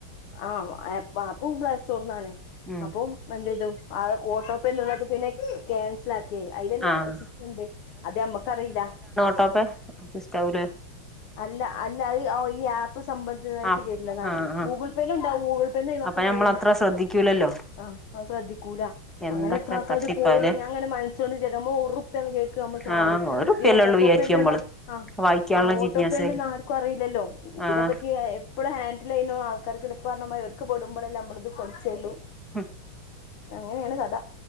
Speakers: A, on the left; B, in the centre.
A: ആഹ് ഏ ആപ്പും പ്ലേ സ്റ്റോർന്നാണ്
B: ഉം
A: അപ്പൊം പ്പ എന്തെയ്തു ആ ഓട്ടോ പേ എന്നുള്ളത് പിന്നെ ക്യാൻസലാ ക്കെ അയിലന്നെ
B: ആഹ്
A: സിസ്റ്റണ്ട്. അത് ഞമ്മക്കറീല്ല.
B: <unintelligible> ഇസ്റ്റാവൂലെ.
A: അല്ല അല്ല അത് ഈ ആപ്പ് സംബന്ധിതായിട്ട്
B: ആഹ്
A: വര്നതാണ്.
B: ആഹ് ആഹ്
A: ഗൂഗിൾ പേലൂണ്ടാവും ഗൂഗിൾ ഇപ്പ ന്നെ ഒഴിവാക്കാൻ
B: അപ്പൊ ഞമ്മൾ
A: കയുമ്മക്ക്
B: അത്ര ശ്രദ്ധിക്കൂലല്ലോ
A: ആഹ് അത് ശ്രദ്ധിക്കൂല.
B: എന്തൊക്കെ
A: അങ്ങനെ എത്ര ആൾക്കാരത്
B: തട്ടിപ്പാലേ
A: പോയിണ്ട് ഞാൻ ങ്ങനെ മനസ്സോണ്ട് വിചാരിക്കാ നമ്മളൊറു പ്യാന്ന് കേക്കാ നമ്മൾ ചാടും.
B: ആഹ് ഒരുർപ്യല്ലേ
A: ഇതിന് ഓട്ടോ
B: ഉള്ളൂ വിചാരിക്കും
A: പേ ണ്ട്
B: നമ്മള്
A: ന്നാ. ആഹ്
B: വായിക്കാനുള്ള
A: ആഹ് ഓട്ടോ
B: ജിജ്ഞാസേല്
A: പേ ഉണ്ട് ന്ന് ആർക്കും അറീല്ലല്ലോ. ഇതിനെപ്പറ്റി
B: ആഹ്
A: എപ്പളും ഹാൻഡിലെയ്യ് ണ ആൾക്കാര്ക്കല്ലേ ഇപ്പർഞമാതിരി ഒരിക്കെ പെടുമ്പളല്ലേ ഞമ്മള്ത് പഠ്ച്ചൊള്ളു.
B: ഹും
A: അങ്ങനേണ് കഥ.